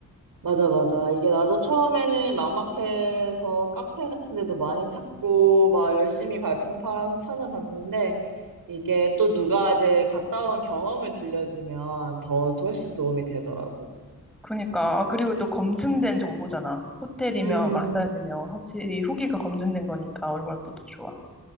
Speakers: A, on the right; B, in the centre.
A: 맞아, 맞아. 이게 나도 처음에는 막막해서 카페 같은 데도 많이 찾고, 막 열심히 발품 팔아서 찾아봤는데, 이게 또 누가 이제 갔다 온 경험을 들려주면 더, 더 훨씬 도움이 되더라고.
B: 그니까. 아, 그리고 또 검증된 정보잖아. 호텔이며
A: 음,
B: 마사지며 확실히 후기가 검증된 거니까 얼마나 또 더 좋아.